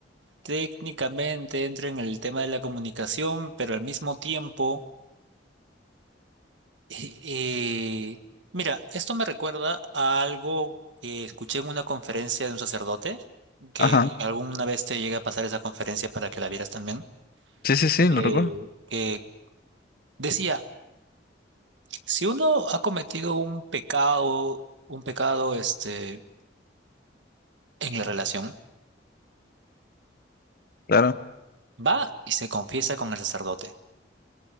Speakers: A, on the right (about 80°); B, on the left (about 55°).
A: técnicamente entro en el tema de la comunicación, pero al mismo tiempo, eh, eh, mira, esto me recuerda a algo que escuché en una conferencia de un sacerdote, que
B: Ajá.
A: alguna vez te llega a pasar esa conferencia para que la vieras también,
B: Sí, sí, sí,
A: eh,
B: lo recuerdo.
A: que decía... Si uno ha cometido un pecado, un pecado este, en la relación,
B: Claro.
A: va y se confiesa con el sacerdote.